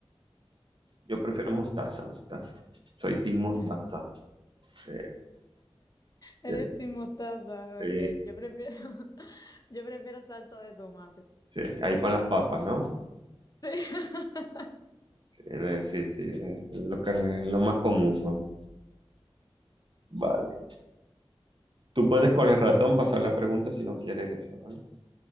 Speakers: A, on the right; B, on the left.
A: yo prefiero mostaza, mostaza. Soy team mostaza.
B: <laughs>
A: Sí,
B: Eres
A: sí,
B: team mostaza,
A: sí,
B: ok. Yo prefiero, <laughs> yo prefiero salsa de tomate.
A: sí. Ahí con las papas, ¿no?
B: Sí. <laughs>
A: Sí, eh, sí, sí, eh, es lo que, es lo más común, vamos. Vale. Tú puedes con el ratón pasar la pregunta si no quieres eso, ¿vale?